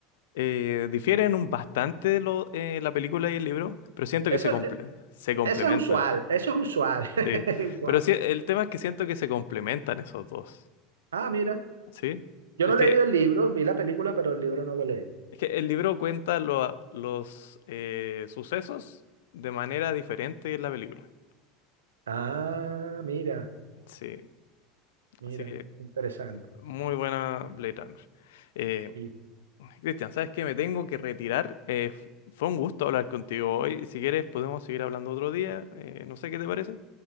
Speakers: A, on the left (about 70°); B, on the right (about 80°).
A: eh, difieren un bastante lo, eh, la película y el libro, pero siento
B: Eso,
A: que se comple-
B: eh,
A: se complementan.
B: eso es usual, eso es usual, <laughs> es
A: Sí,
B: usual.
A: pero sí, el tema es que siento que se complementan esos dos.
B: Ah, mira,
A: Sí,
B: yo
A: es
B: no he
A: que,
B: leído el libro, vi la película, pero el libro no lo leí.
A: es que el libro cuenta lo- los eh, sucesos de manera diferente en la película.
B: Ah, mira,
A: Sí,
B: mira,
A: Así que
B: interesante.
A: muy buena Blade Runner. Eh,
B: Y
A: Cristian, ¿sabes qué? Me tengo que retirar. Eh, f- fue un gusto hablar contigo hoy. Si quieres, podemos seguir hablando otro día. Eh, no sé qué te parece.